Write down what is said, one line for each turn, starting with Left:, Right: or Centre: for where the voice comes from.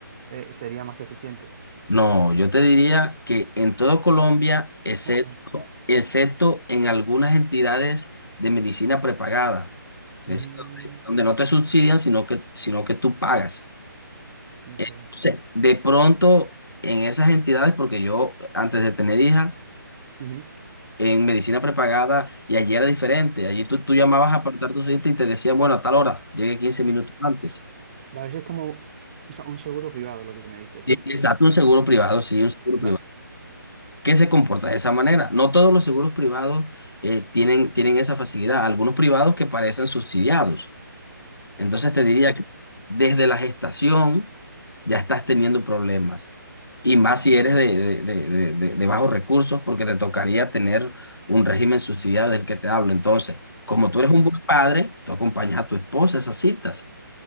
Right: eh, sería más eficiente.
Left: no, yo te diría que en todo Colombia, excepto,
Right: Ok.
Left: excepto en algunas entidades de medicina prepagada, es
Right: Mm,
Left: decir, donde, donde no te subsidian, sino que, sino que tú pagas.
Right: ya
Left: Entonces,
Right: veo.
Left: de pronto, en esas entidades, porque yo antes de tener hija,
Right: Ujú.
Left: en medicina prepagada y allí era diferente. Allí tú, tú llamabas a apartar tu cita y te decían, bueno, a tal hora, llegue 15 minutos antes.
Right: Vale, eso es como o sea, un seguro privado lo que me dices,
Left: Y-
Right: ¿no?
Left: Exacto, un seguro privado, sí,
Right: Ya.
Left: un seguro
Right: Vale,
Left: privado. que se comporta de esa manera? No todos los seguros privados eh, tienen, tienen esa facilidad. Algunos privados que parecen subsidiados. Entonces te diría
Right: sí.
Left: que desde la gestación ya estás teniendo problemas. Y más si eres de, de- de- de- de- de bajos recursos, porque te tocaría tener un régimen subsidiado del que te hablo. Entonces, como tú eres un
Right: Mm,
Left: buen padre, tú acompañas a tu esposa a esas citas